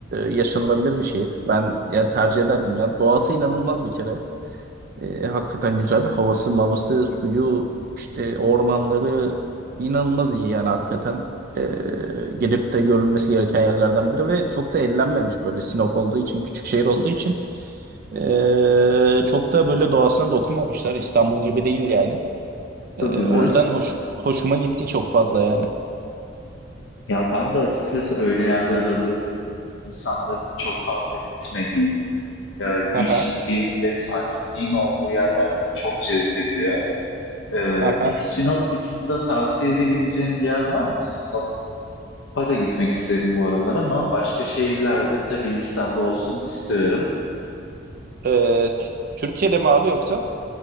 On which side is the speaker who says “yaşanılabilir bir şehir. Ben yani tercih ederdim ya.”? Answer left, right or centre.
Right